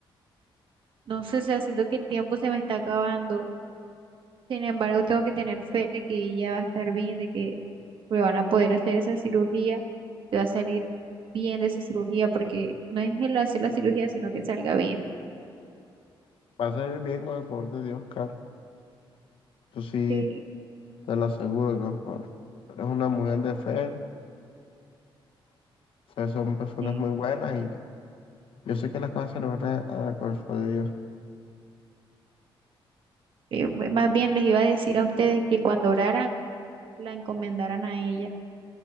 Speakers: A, on the right; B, on the left.
A: no sé, o sea, siento que el tiempo se me está acabando. Sin embargo, tengo que tener fe de que ella va a estar bien, de que le van a poder hacer esa cirugía, que va a salir bien de esa cirugía, porque no es el hacer la cirugía, sino que salga bien.
B: Va a salir bien con el favor de Dios, Carlos. Eso sí,
A: Sí,
B: te lo aseguro, yo, por- eres una mujer de fe, o sea, son personas
A: sí.
B: muy buenas y yo sé que las cosas se le van a, a dar con el favor de Dios.
A: Eh, Más bien les iba a decir a ustedes que cuando oraran, la encomendaran a ella.